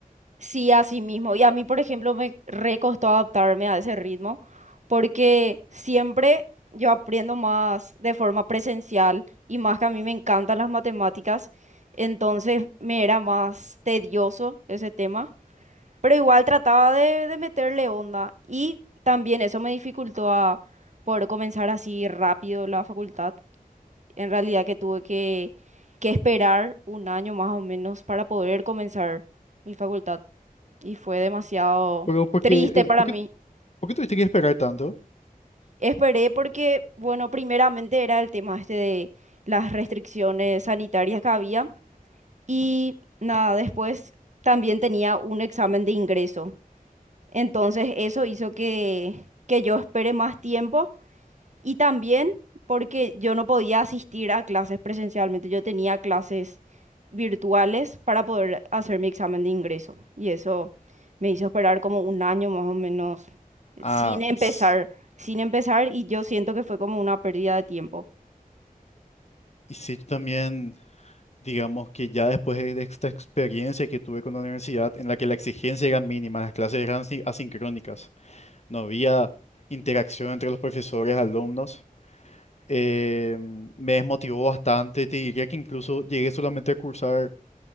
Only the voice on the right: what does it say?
Sí, así mismo. Y a mí, por ejemplo, me re costó adaptarme a ese ritmo porque siempre yo aprendo más de forma presencial y más que a mí me encantan las matemáticas, entonces me era más tedioso ese tema, pero igual trataba de, de meterle onda y también eso me dificultó a poder comenzar así rápido la facultad. En realidad que tuve que, que esperar un año más o menos para poder comenzar mi facultad y fue demasiado
triste
para
mí.
Esperé porque, bueno, primeramente era el tema este de las restricciones sanitarias que había y nada, después también tenía un examen de ingreso. Entonces eso hizo que, que yo espere más tiempo Y también porque yo no podía asistir a clases presencialmente, yo tenía clases virtuales para poder hacer mi examen de ingreso. Y eso me hizo esperar como un año más o menos
sin empezar,
sin empezar y yo siento que fue como una pérdida de tiempo.